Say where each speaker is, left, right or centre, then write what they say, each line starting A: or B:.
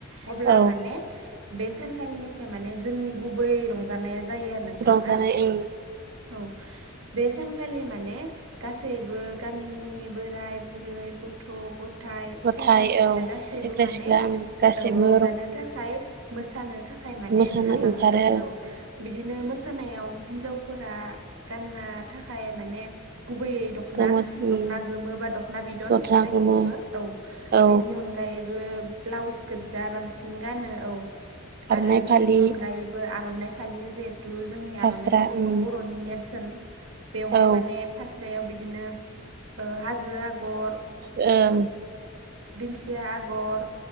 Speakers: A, on the right; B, on the right.
A: अब्ला
B: औ
A: माने बे सानखालिनिफ्राय माने जोंनि गुबै रंजानाया जायो आरो नोंथां
B: रंजानाय
A: ना
B: ओंऋ
A: औ। बे सानखालि माने गासैबो गामिनि बोराय बुरै गथ' गथाय
B: गथाय
A: सेंग्रा सिख्ला
B: औ
A: गासैबो
B: सेंग्रा
A: माने
B: सिख्ला उम गासैबो
A: रंजानो थाखाय मोसानो थाखाय थाखाय माने
B: मोसानो
A: ओंखारलाङो
B: ओंखारो
A: आरो औ। बिदिनो मोसानायाव हिन्जावफोरा गाननो थाखाय माने गुबैयै दख'ना
B: गोमो उम
A: दख'ना गोमोबा दख'ना बिदन
B: गस्ला
A: जायखौ
B: गोमो
A: बुङो औ
B: औ
A: बेनि अनगायै ब्लाउस गोजा बांसिन गानो। औ
B: आर'नाइ
A: आरो बेनि
B: फालि
A: अनगायैबो आर'नाइ फालि जिहेथु जोंनि
B: फास्रा
A: आर'नाइ फालि।
B: उम
A: खौ बर'नि नेरसोन बेवहाय
B: औ
A: माने फास्रायाव बिदिनो हाजो आगर।
B: <inaudible>
A: दिंखिया आगर